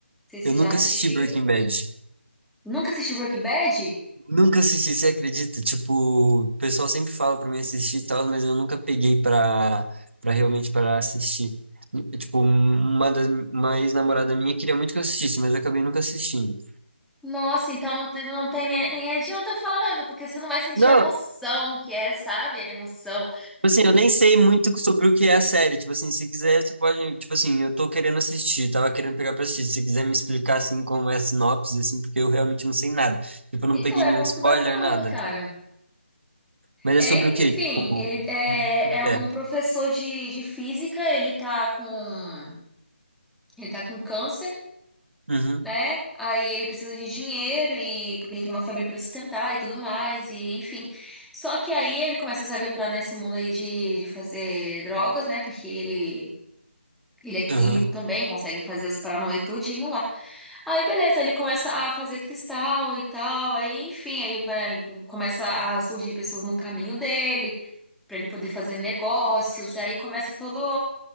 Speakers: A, in the centre; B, on the right (about 75°).
A: sei se
B: Eu
A: você
B: nunca
A: já assistiu.
B: assisti Breaking Bad.
A: Nunca assistiu Breaking Bad?
B: Nunca assisti, você acredita? Tipo, o pessoal sempre fala pra mim assistir e tal, mas eu nunca peguei pra, pra realmente para assistir. Tipo, um, uma das, uma ex-namorada minha queria muito que eu assistisse, mas eu acabei nunca assistindo.
A: Nossa, então não tem, não tem nem, nem adianta eu falar nada, porque você não vai sentir
B: Não,
A: a emoção que é, sabe? A emoção.
B: Tipo assim, eu nem sei muito sobre o que é a série. Tipo assim, se quiser, você pode. Tipo assim, eu tô querendo assistir, tava querendo pegar pra assistir. Se você quiser me explicar, assim, como é a sinopse, assim, porque eu realmente não sei nada. Tipo, eu não
A: Então
B: peguei
A: é
B: nenhum
A: muito
B: spoiler,
A: bacana,
B: nada.
A: cara.
B: Mas
A: É,
B: é sobre
A: en-
B: o quê?
A: enfim,
B: Tipo,
A: ele é,
B: como
A: é
B: que
A: um
B: é?
A: professor de, de física, ele tá com, ele tá com câncer.
B: Uhum,
A: né? Aí ele precisa de dinheiro e porque ele tem uma família para sustentar e tudo mais e enfim. Só que aí ele começa a se aventurar nesse mundo aí de, de fazer drogas, né? Porque ele ele é químico
B: uhum.
A: também, consegue fazer os paranauê tudinho lá. Aí beleza, ele começa a fazer cristal e tal, aí enfim, aí vai, começa a surgir pessoas no caminho dele. Pra ele poder fazer negócios, e aí começa todo